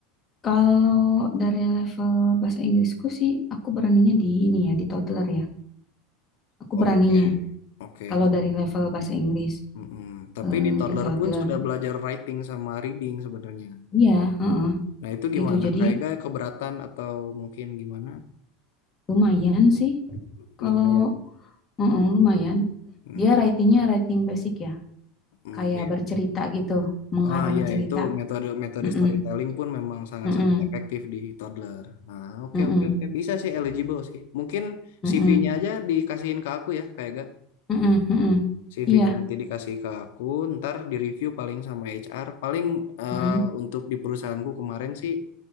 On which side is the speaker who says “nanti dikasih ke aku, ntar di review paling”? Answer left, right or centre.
Left